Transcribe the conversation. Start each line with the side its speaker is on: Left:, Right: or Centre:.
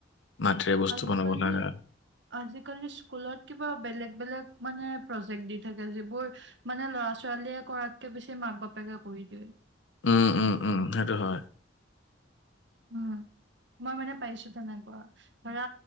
Left: মাটিৰে বস্তু
Right: আজিকালি
Left: বনাব লগা।
Right: আজিকালি স্কুলত কিবা বেলেগ বেলেগ মানে প্ৰজেক্ট দি থাকে যিবোৰ মানে লৰা ছোৱালীয়ে কৰাতকে বেছি মাক বাপেকে কৰি দিয়ে
Left: উম উম উম সেইটো হয়
Right: উম মই মানে পাইছো তেনেকুৱা ধৰা